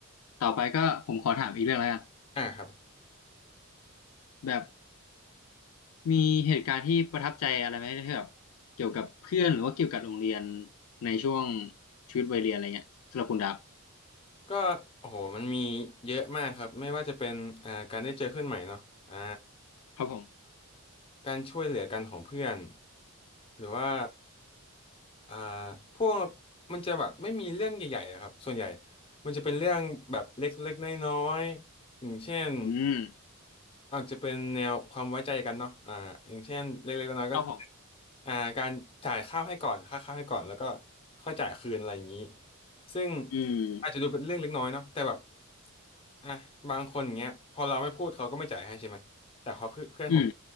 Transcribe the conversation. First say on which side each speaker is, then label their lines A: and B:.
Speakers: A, on the left; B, on the left.
A: ต่อไปก็ผมขอถามอีกเรื่องแล้วกัน
B: อ่าครับ
A: แบบมีเหตุการณ์ที่ประทับใจอะไรไหมที่แบบเกี่ยวกับเพื่อนหรือว่าเกี่ยวกับโรงเรียนในช่วงชีวิตวัยเรียนอะไรเงี้ยสำหรับคุณดับ
B: ก็โอ้โหมันมีเยอะมากครับ ไม่ว่าจะเป็นอ่าการได้เจอเพื่อนใหม่เนาะอ่า
A: ครับผม
B: การช่วยเหลือกันของเพื่อนหรือว่าอ่าพวกมันจะแบบไม่มีเรื่องใหญ่ๆอะครับส่วนใหญ่มันจะเป็นเรื่องแบบเล็กๆน้อยๆอย่างเช่น
A: อืม
B: อาจจะเป็นแนวความไว้ใจกันเนาะอ่าอย่างเช่นเล็กๆน้อยๆก็
A: ครับผม
B: อ่าการจ่ายข้าวให้ก่อนค่าข้าวให้ก่อนแล้วก็ค่อยจ่ายคืนอะไรอย่างนี้ซึ่ง
A: อืม
B: อาจจะดูเป็นเรื่องเล็กน้อยเนาะแต่แบบอ่ะบางคนอย่างเงี้ยพอเราไม่พูดเขาก็ไม่จ่ายให้ใช่ไหมแต่พอเพื่อนเพื่อนผม
A: อืม